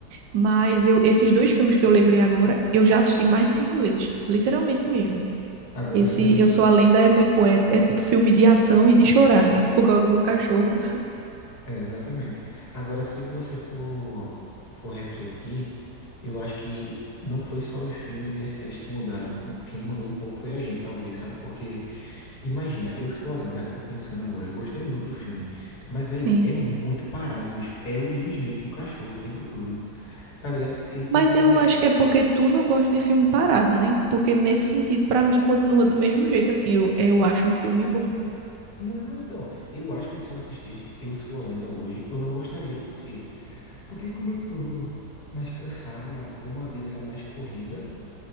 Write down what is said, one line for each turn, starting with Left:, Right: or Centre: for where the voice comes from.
Right: Mas eu, esses dois filmes que eu lembrei agora, eu já assisti mais de cinco vezes. Literalmente mesmo.
Left: Agora
Right: Esse
Left: se a gente.
Right: Eu Sou a Lenda é muito bom. É, é tipo filme de ação e de chorar <laughs> por causa do cachorro.
Left: É, exatamente. Agora se você for, for refletir, eu acho que não foi só os filmes e as séries que mudaram. Um- Quem mudou um pouco foi a gente, talvez, sabe? Porque, imagina, eu sou a lenda, eu pensando agora, eu gostei muito do filme. Mas, velho,
Right: Sim.
Left: é muito parado, bicho. É o Will Smith e o cachorro o tempo todo. Tá ligado? Ele tem
Right: Mas
Left: aqueles.
Right: eu
Left: in-
Right: acho que é porque tu não gosta de filme parado, né? Porque nesse sentido, pra mim, continua do mesmo jeito. Assim, eu, eu acho um filme bom.
Left: Não, então, eu acho que se eu assistisse Eu Sou a Lenda hoje, eu não gostaria, porque Porque como eu tô mais cansado, como a vida tá mais corrida,